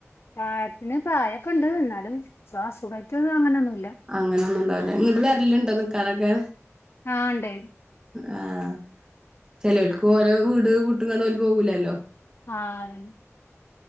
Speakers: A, on the left (about 55°); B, on the right (about 15°).
A: പ്രായത്തിന് പ്രായൊക്കെ ഉണ്ട് എന്നാലും ശ്വാസുഖയിട്ട് അങ്ങനെന്നും
B: അങ്ങനെന്നുംണ്ടാവില്ലെ ഇങ്ങോട്ട് വരലുണ്ടോ നിക്കാനൊക്കെ
A: ആഹ് ഇണ്ട്
B: ആഹ് ചേലോൽക്ക് ഓല വീട് വീട്ട് ങ്ങാണ്ട് ഓല് പോവുല്ലല്ലോ
A: ആഹ് അതന്നെ